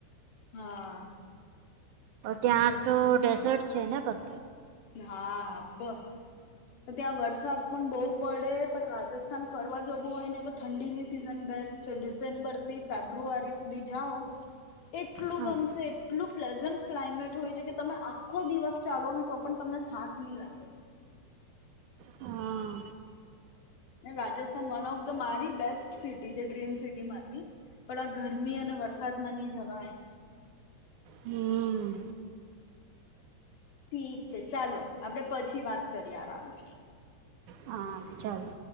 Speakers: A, on the left; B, on the right.
A: હા.
B: ત્યાં આઠસો
A: એટલે
B: ત્રેસઠ છેને પર.
A: હા બસ. તો ત્યાં વરસાદ પણ બહુ પડે પણ રાજસ્થાન ફરવા જવું હોય ને તો ઠંડીની સી સીઝન બેસ્ટ ડિસેમ્બર થી ફેબ્રુઆરી સુધી જાઓ એટલું
B: હા
A: ગમશે એટલું પ્લેઝન્ટ ક્લાઇમેટ હોય છે કે તમે આખો દિવસ ચાલો ને તમને થાક નહી લાગે
B: હા
A: ને રાજસ્થાન વન ઓફ ધ મારી બેસ્ટ સિટી છે ડ્રીમ સિટી માંથી પણ આ ગરમી અને વરસાદમાં નહી જવાય
B: હમ
A: ઠીક છે ચાલો આપડે પછી વાત કરીએ આરામથી
B: હા ચાલો